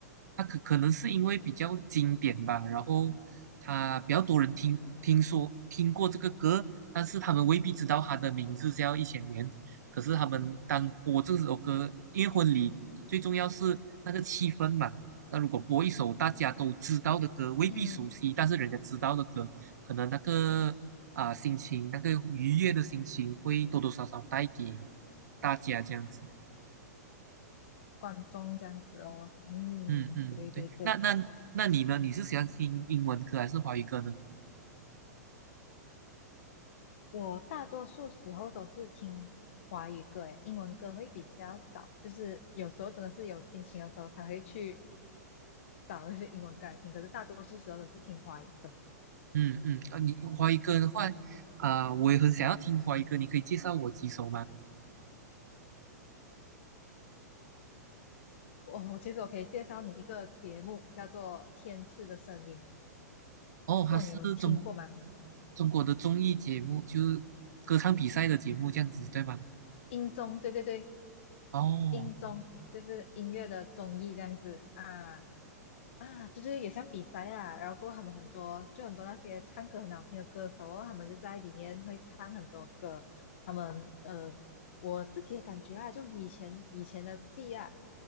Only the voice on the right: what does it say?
他可可能是因为比较经典吧，然后他比较多人听听说听过这个歌，但是他们未必知道他的名字叫《一千年》。可是他们当播这首歌，因为婚礼最重要是那个气氛嘛。那如果播一首大家都知道的歌，未必熟悉，
但是人家知道的歌，可能那个啊、心情，那个愉悦的心情会多多少少带给大家这样子。
嗯嗯，
对，那那那你呢？你是喜欢听英文歌还是华语歌呢？
嗯嗯，啊，你华语歌的话，啊、我也很想要听华语歌，你可以介绍我几首吗？
哦，它是中
中国的综艺节目，就是歌唱比赛的节目这样子，对吗？
哦，